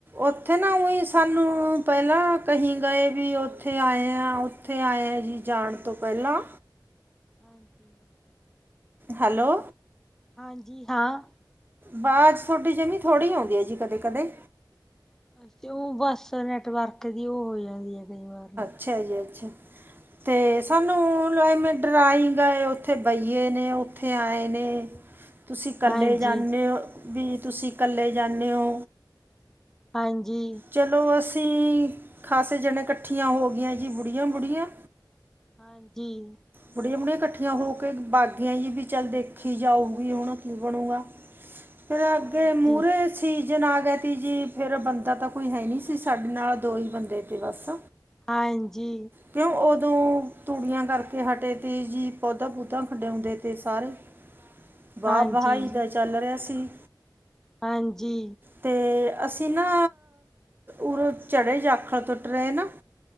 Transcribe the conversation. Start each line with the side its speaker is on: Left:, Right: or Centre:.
Right: ਉੱਥੇ ਨਾ ਉਈ ਸਾਨੂੰ ਪਹਿਲਾਂ ਕਹੀ ਗਏ ਵੀ, ਉੱਥੇ ਆਏ ਆ ਉ। ਉੱਥੇ ਆਏ ਆ ਜੀ, ਜਾਣ ਤੋਂ ਪਹਿਲਾਂ।
Centre: ਹਾਂਜੀ।
Right: ਹੈਲੋ।
Centre: ਹਾਂਜੀ ਹਾਂ।
Right: ਵਾਜ ਤੁਹਾਡੀ ਜਿਮੀਂ ਥੋੜ੍ਹੀ ਆਉਂਦੀ ਆ ਜੀ। ਕਦੇ, ਕਦੇ
Centre: <unintelligible> ਉਹ ਬੱਸ ਨੈਟਵਰਕ ਦੀ ਉਹ ਹੋ ਜਾਂਦੀ ਐ ਕਈ ਵਾਰੀ ਜੀ।
Right: ਅੱਛਾ ਜੀ, ਅੱਛਾ ਤੇ ਸਾਨੂੰ। ਐਵੇ ਡਰਾਈ ਗਏ, ਉੱਥੇ ਬਈਏ ਨੇ, ਉੱਥੇ ਆਏ ਨੇ। ਤੁਸੀਂ ਇਕੱਲੇ
Centre: ਹਾਂਜੀ,
Right: ਜਾਂਣੇ ਓ, ਵੀ ਤੁਸੀਂ ਇਕੱਲੇ ਜਾਂਣੇ ਓ।
Centre: ਹਾਂਜੀ।
Right: ਚੱਲੋ, ਅਸੀਂ ਖਾਸੇ ਜਣੇ ਇਕੱਠੀਆਂ ਹੋ ਗਈਆਂ ਜੀ। ਬੁੜੀਆਂ, ਬੁੜੀਆਂ
Centre: ਹਾਂਜੀ।
Right: ਬੁੜੀਆਂ, ਬੁੜੀਆਂ ਇਕੱਠੀਆਂ ਹੋ ਕੇ ਬਾਗੀਆਂ ਜੀ, ਵੀ ਚੱਲ ਦੇਖੀ ਜਾਊਗੀ, ਹੁਣ ਕੀ ਬਣੂਗਾ। ਫਿਰ
Centre: ਹਾਂਜੀ,
Right: ਅੱਗੇ
Centre: ਹਾਂਜੀ,
Right: ਮੂਹਰੇ ਸੀਜਨ ਆ ਗਿਆ ਤੀ ਜੀ, ਫੇਰ ਬੰਦਾ ਤਾਂ ਕੋਈ ਹੈਨੀ ਸੀ, ਸਾਡੇ ਨਾਲ ਦੋ ਹੀ ਬੰਦੇ ਤੇ ਬੱਸ।
Centre: ਹਾਂਜੀ।
Right: ਕਿਉਂ! ਉਦੋਂ ਤੂੜੀਆਂ ਕਰ ਕੇ ਹਟੇ ਤੇ ਜੀ, ਪੌਦਾ ਪੁਦਾ ਖਡਿਆਉਂਦੇ ਤੇ ਸਾਰੇ, ਬਾ
Centre: ਹਾਂਜੀ।
Right: ਬਹਾਈ ਦਾ ਜੀ। ਚੱਲ ਰਿਹਾ ਸੀ।
Centre: ਹਾਂਜੀ।
Right: ਤੇ ਅਸੀਂ ਨਾ ਉਰੇ ਚੜੇ ਜਾਖਲ ਤੋਂ ਟ੍ਰੇਨ।